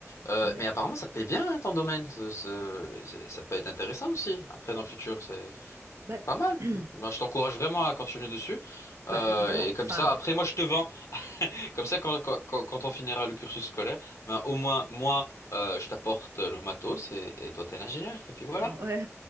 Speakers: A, on the left; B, on the right.
A: Euh,
B: ouais.
A: mais apparemment, ça paye bien hein, ton domaine. Ce- ce- ça peut être intéressant aussi, après, dans le futur.
B: Bah,
A: Pas mal.
B: <clears throat>
A: Ben, je t'encourage vraiment à continuer dessus.
B: bah
A: Euh,
B: évidemment,
A: et comme
B: enfin,
A: ça, après, moi, je te vends. Comme ça, quand, quand, quand quand on finira le cursus scolaire, ben, au moins, moi, euh, je t'apporte le matos et, et toi, t'es l'ingénieur. Et puis voilà.
B: euh, ouais.